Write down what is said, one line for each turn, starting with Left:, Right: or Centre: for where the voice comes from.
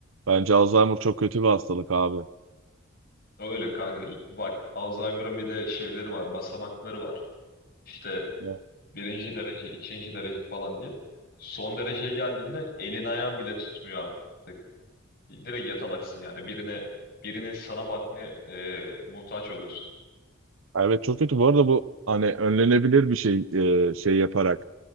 Right: Bence Alzheimer çok kötü bir hastalık abi.
Left: Öyle kanka. Bak Alzheimer'ın bir de şeyleri var. Basamakları var. İşte
Right: Ya.
Left: birinci derece, ikinci derece falan diye. Son dereceye geldiğinde elin ayağın bile tutmuyor artık. Direkt yatalaksın yani. Birine birinin sana bakmaya e, muhtaç oluyorsun.
Right: Evet çok kötü. Bu arada bu hani önlenebilir bir şey e, şey yaparak,